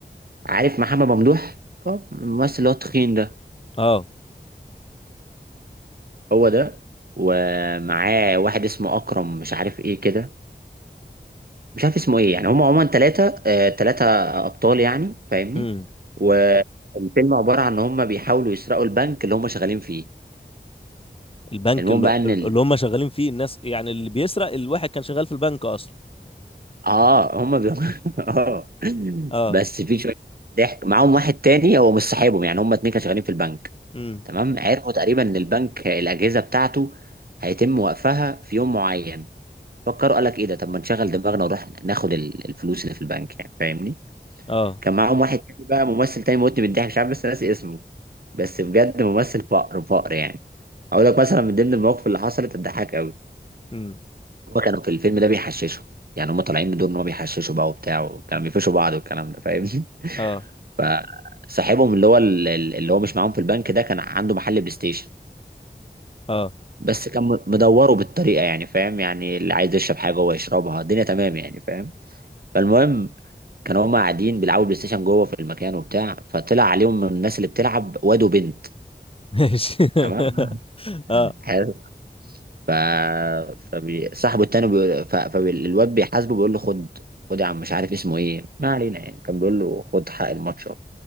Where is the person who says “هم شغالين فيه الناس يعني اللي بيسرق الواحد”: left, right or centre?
Left